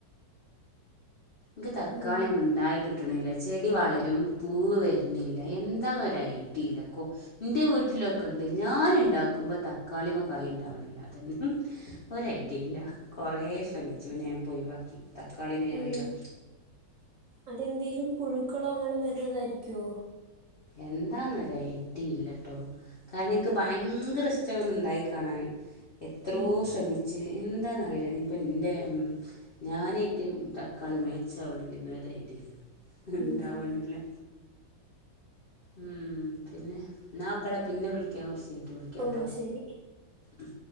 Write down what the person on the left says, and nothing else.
എക്ക് തക്കാളി
ങ്ങനെ ഉണ്ടായി കിട് കിട്ടണില്ല ചെടി വളരും പൂവ് വരുന്നില്ല എന്താന്നൊ ഐഡിയില്ല കോ എൻ്റെ വീട്ടിലൊക്കെ ഉണ്ട് ഞാന് ഉണ്ടാക്കുമ്പോൾ തക്കാളീമ ക്കായ ഉണ്ടാവണില്ല അതൊന്നും ഒരു ഐഡിയില്ല കുറേ ശ്രമിച്ചു പിന്നെ ഞാൻ ഒയിവാക്കി തക്കാളിനെ ഞാൻ
ഒയിവാക്കി
എന്താന്നരു ഐഡയില്ല ട്ടോ കാരണം എനിക്ക് ഭയങ്കര ഇഷ്ടാ ഒന്ന് ഇണ്ടായി കാണാന്. എത്രയോ
ശ്രമിച്ച് എന്താന്നറിയില്ല ഇനിയിപ്പ ഇന്റെ ഉം ഞാനായിട്ട് തക്കാളി മാച്ചാവണിലേ ഒന്ന് ഒരൈഡിയില്ലാ
ഉണ്ടാവണില്ല
ഉം പിന്നെ എന്നാ വെക്കടാ പിന്നെ വിളിക്കാ കൊറ്ച കഴിഞ്ഞിട്ട് വിളിക്കാട്ടോ
ആഹ് ശെരി ഉം